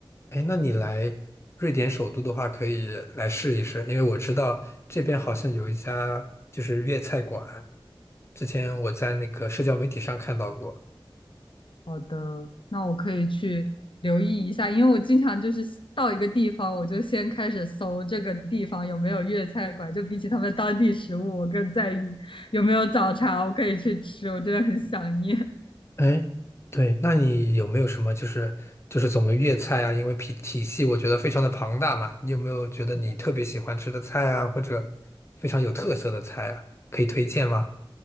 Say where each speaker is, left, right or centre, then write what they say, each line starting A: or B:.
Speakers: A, on the left; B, on the left.
A: 哎，那你来瑞典首都的话，可以来试一试，因为我知道这边好像有一家就是粤菜馆，之前我在那个社交媒体上看到过。
B: 好的，那我可以去留意一下，因为我经常就是到一个地方，我就先开始搜这个地方有没有粤菜馆，就比起他们当地食物，我更在意有没有早茶，我可以去吃，我真的很想念。<laughs>
A: 哎，对，那你有没有什么就是就是总的粤菜啊？因为体体系我觉得非常的庞大嘛，你有没有觉得你特别喜欢吃的菜啊，
B: 是的，
A: 或者非常有特色的菜啊，可以推荐吗？